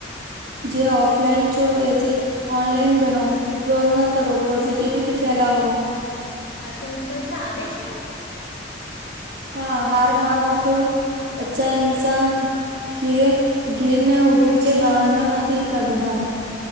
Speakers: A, on the right; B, on the left.
A: જે ઓફલાઈન છો એ જે ઓનલાઈન બનો ટ્રોલ ના કરો પોઝિટિવિટી ફેલાવો
B: અસલફલતા આવે છે.
A: હા હાર માનો તો અચ્છા ઇન્સાન ઘીરે ગીરને ઉઠે છે બહાનો નથી કગનાવું.